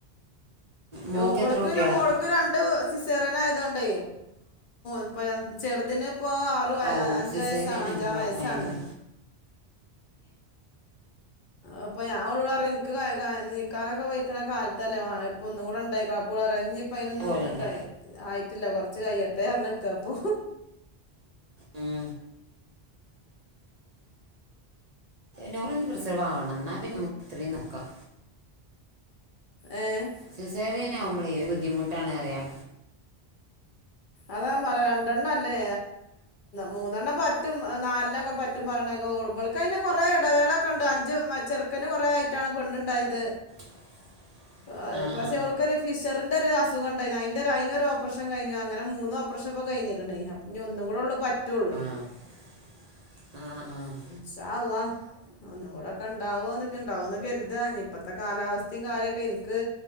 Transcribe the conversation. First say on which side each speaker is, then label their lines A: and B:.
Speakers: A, on the right; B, on the left.
A: മോക്ക്
B: ഒബളക്കവിന
A: എത്ര കുട്ടികളാ
B: മോളക്ക രണ്ട് സിസെറിന ആയത കൊണ്ട് ഇപ്പ ചെറുതിന് ഇപ്പോ ആറ്
A: ആ ഓ
B: അഞ്ചു
A: സിസേറിയനാവും
B: വയസ്സാണ് അഞ്ചാം വയസ്സാണ്
A: ഭയങ്കര
B: അപ്പൾ ഞാൻ വിളാ എനിക്ക് നീക്കാനൊക്കെ വെിക്കണ കാലത്തല്ലേ ഇപ്പൊ ഒന്നും കൂടെ ഉണ്ടായി കുപ്പം വിള്ള അപ്പ അതിനൊന്നും
A: പോലല്ല
B: ആയിട്ടില്ല കുറച്ച് കൈയ എട്ടേ ഇറിഞ്ഞ നിക്കുക അപ്പൊ
A: ഉം നൂറഞ്ച് പ്രസരം ആവണം എന്നാ പിന്നെ നമുക്ക് ഇത്രയും നോക്കാം
B: ഏഹ്
A: സിസേറിയനാവകുമ്പഴേ ഒരു ബുദ്ധിമുട്ടാണ് അറിയാം
B: അതാൻ പറയാ രണ്ടെണ്ണം അല്ലേ മൂന്നെണ്ണം പറ്റും നാലിണ് ഒക്കെ പറ്റും മറ്റും പറഞ്ഞൊക്കെ ഉടുബോൾക്ക് അതിന് കുറെേ ഇടവേള ഒക്കെ ഉണ്ട് അഞ്ച് ചെറുക്കന് കുറെ ആട്ടാണ് പെണ്ണുണ്ടായത്
A: <inaudible>
B: അ പക്ഷെ
A: ആ
B: അവക്കൊരു ഫിഷറിന്റെ ഒരു അസുഖംണ്ടായിരുന്നു അതിന്റെറെ ഒരു അയിന്റെ ഓപ്പറേഷൻ കഴിഞ്ഞു അങ്ങനെ മൂന്ന് ഓപ്രഷൻ ഇപ്പ കഴിഞ്ഞിക്കക്കണേ അ ഇനി ഒന്നും കൂടെള്ള പറ്റുള്ളൂ
A: ആഹ ആഹ
B: ഇൻഷാ അള്ളാ ഒന്നും കൂടെ ഒക്കെ ഇണ്ടാവോ എന്നൊക്കെ ഇണ്ടാവോന്ന് കരുതാ ഇ ഇപ്പഴത്തെ കാലാവസ്ഥയും കാര്യൊക്കെ എനിക്ക്